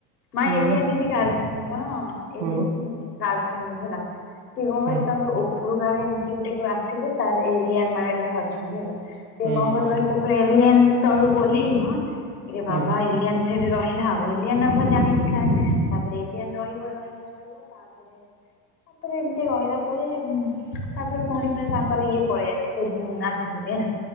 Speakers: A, on the left; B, on the right.
A: ମାଇଁ
B: ହୁଁ
A: ଏଲିଆଣୀ ଇଜ୍ ଗାର୍ଲ୍ଫ୍ରେଣ୍ଡ କଣ
B: ହୁଁ
A: <unintelligible> ସେ କ
B: ହୁଁ
A: ତାଙ୍କର ଉପରୁ ଗାରେ ଏମିତି ଗୋଟେ କ ଆସିବ ତ ଏଲିଆଁନ ଗାରେ ଅଛନ୍ତି ହେଲା। ସିଏ
B: ହୁଁ
A: କଣ
B: ହୁଁ
A: କରିବ ଯେତେବେଳେ ଏଲିଅନ ତଳକୁ ଓହ୍ଲେଇବ କିରେ ବାବା
B: ହୁଁ
A: ଏନ ସେଠି ରହିଲା ଆଉ ଏଲିଆନ ଜାଣିଛି ଖାଏ ତାପରେ ଏଲିଆନ ରହିବ ରହିବ। ରହିବ ରହିବ ତାପରେ ତାପରେ ଏମତି ରହିଲା ପରେ ତାପରେ ପୁଣି ଥରେ ତାଙ୍କର ଇଏ ପଳେଇ ଆସିବ ଆସିଯିବେ ହେଲା